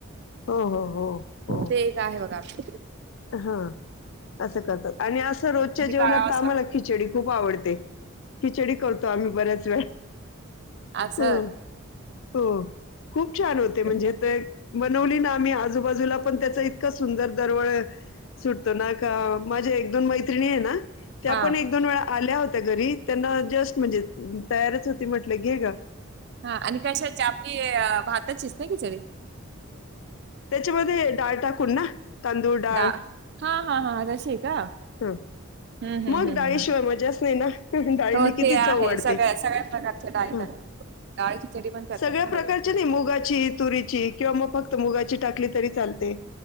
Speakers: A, on the left; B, on the right.
A: हो हो हो हो
B: ते एक आहे बघा आ.
A: हा असं करतात आणि असं रोजच्या
B: आणि ते
A: जेवणात
B: काढावंच
A: तम्हाला
B: लागतं बघ
A: खिचडी खूप आवडते. खिचडी करतो आम्ही बऱ्याच वेळ.
B: आ स.
A: ह हो. खूप छान होते म्हणजे
B: भात
A: ते बनवली ना आम्ही आजूबाजूला पण त्याच इतकं सुंदर दरवळ. सुटतो ना का माझ्या एक दोन मैत्रिणी आहे ना त्या
B: हा
A: पण एक दोन वेळा. आल्या होत्या घरी त्यांना जस्ट म्हणजे तयारच होती म्हटलं घे ग.
B: हा आणि कशा आपली भाताचीस ना कि सरी.
A: त्याच्यामध्ये डाळ टाकून ना. तांदूळ डाळ
B: दा हा हा हा तशी आहे का.
A: हं.
B: हम्म हम्म
A: मग
B: हम्म
A: डाळीशिवाय
B: हम्म
A: मजाच नाही ना. डाळनी
B: हो
A: किती
B: ते
A: चव
B: आहे
A: वाडते
B: सगळ्या सगळ्या प्रकारच्या डाळी
A: ह.
B: टाकतात डाळ खिचडी पण करतात
A: सगळ्या
B: ना वडील
A: प्रकारच्या नाही मुगाची तुरीची किंवा मग फक्त मुगाची. टाकली तरी चालते.